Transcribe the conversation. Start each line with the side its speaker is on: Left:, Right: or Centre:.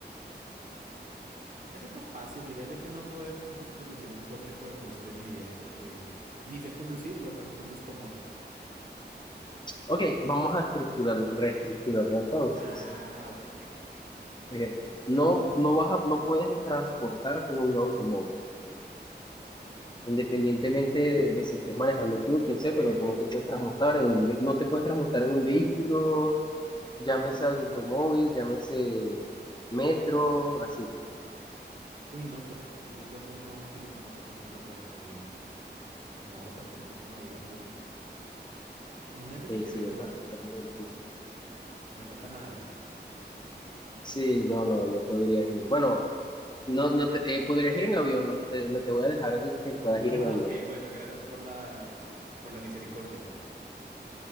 Right: Esa está fácil, diría yo que no poder cor- conducir un coche por el resto de mi vida porque ni sé conducir y además conduzco moto.
Left: Ok, vamos a estructurar, reestructurarlo entonces.
Right: Ah, ok, ok, bueno.
Left: Ok, No, no vas a- no puedes transportarte en un automóvil, independientemente de, de si estés manejando tú o quien
Right: Ok,
Left: sea, pero
Right: ok.
Left: tú no te puedes transportar en un, ve- no te puedes transportar en un vehículo, llámese automóvil, llámese metro, así. pues.
Right: Uy, no, pref- mil veces no utilizar zapatos nunca porque no, o sea, yo tampoco me voy a ir a pie. Imagínate si
Left: Sí,
Right: quiero
Left: sí,
Right: ir
Left: está,
Right: a Europa,
Left: está como difícil.
Right: me toca nadando. <laughs>
Left: Sí, Sí, no, no, no podrías ir. Bueno, no, no te, eh, podrías ir en avión, no te, no te voy a dejar que que puedas ir
Right: Ah,
Left: en avión.
Right: ok, bueno, gracias por la, sí, por la misericordia.